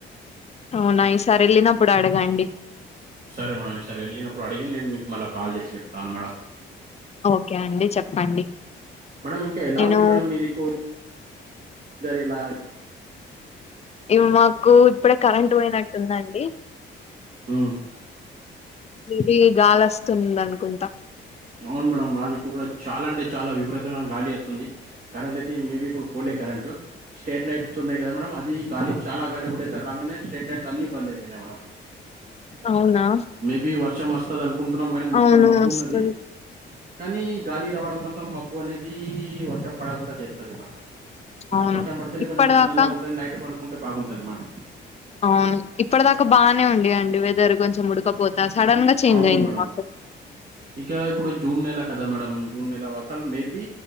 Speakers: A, on the left; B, on the right.
A: అవునా ఈసారి వెళ్ళినప్పుడు అడగండి.
B: సరే మేడం ఈసారి వెళ్ళినప్పుడు అడిగింది నేను మీకు మళ్ళీ కాల్ చేసి చెప్తాను మేడమ్
A: ఓకే అండి చెప్పండి
B: మేడమ్ ఇంకా ఎలా
A: నేను
B: ఉంది మేడం మీ దిక్కూ సరే ల
A: ఇపుడు మాకు ఇప్పుడే కరెంట్ పోయినట్టుందండి
B: ఉ
A: ఇది గాలి అస్తుంది అనుకుంటా
B: అవును మేడం మాదిక్కు కూడా చాలా అంటే చాలా విపరీతమైన గాలి వస్తుంది కరెంట్ అయితే మేబి ఇప్పుడు పోలే కరెంట్ స్ట్రీట్ లైట్స్ ఉన్నాయి కదా మేడం అది గాలి చాలా గాలి ఒకటేసారి రాంగనే స్ట్రీట్ లైట్ అన్ని బంద్ అయిపోయినాయి మేడం.
A: అవునా
B: మేబి వర్షం వస్తది అనుకుంటున్నాం కానీ మొత్తం
A: అవును
B: మబ్బు
A: వస్తది
B: ఉన్నది. కానీ గాలి రావడం వల్ల మబ్బు అనేది వర్షం పడకుండా చేస్తది మేడం.
A: అవును
B: వర్షం పడితేనే
A: ఇప్పటిదాకా
B: కొంచెం చల్లగా ఉంటది నైట్ పడుకుంటే బాగుంటది మేడం.
A: అవును ఇప్పటి దాకా బానే ఉంది కదా అండి వెదర్ కొంచెం ఉడకపోత సడన్ గా చేంజ్
B: అవును
A: అయింది
B: మేడం
A: మాకు
B: ఇక ఇప్పుడు జూన్ నెల కదా మేడం. జూన్ నెల అసలు మేబి